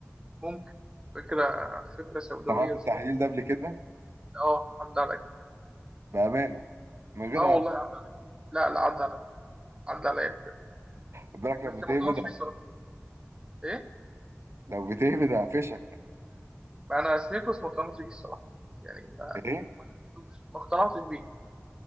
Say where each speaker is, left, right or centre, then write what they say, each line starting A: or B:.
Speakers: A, on the right; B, on the right.
A: ممكن فكره فكره سوداويه
B: سمعت
A: بس
B: التحليل
A: ممكن
B: ده قبل كده
A: اه عدى عليا
B: بامانه من غير
A: اه والله
B: هبد
A: عدى. لا لا عدى عليا عدى عليا بكده.
B: خد بالك
A: بس
B: لما تهبد
A: ما كانش بيصرف ايه
B: لو بتهبد هقفشك
A: انا سنيكرس ما اقتنعتش بيه الصراحه يعني ما
B: ايه
A: ما حسيتوش ما اقتنعتش بيه